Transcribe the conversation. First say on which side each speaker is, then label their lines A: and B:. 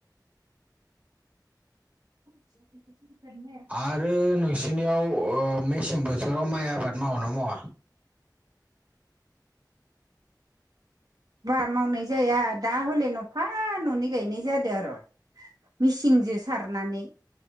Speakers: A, on the right; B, on the right.
A: <unintelligible>
B: आरो नोंसिनियाव मेसें बोथोराव माइ आबाद मावो नामा
A: बा मावनाय जाया दा हले न'फा न'नै गायनाय जादो आरो मिचिनजों सारनानै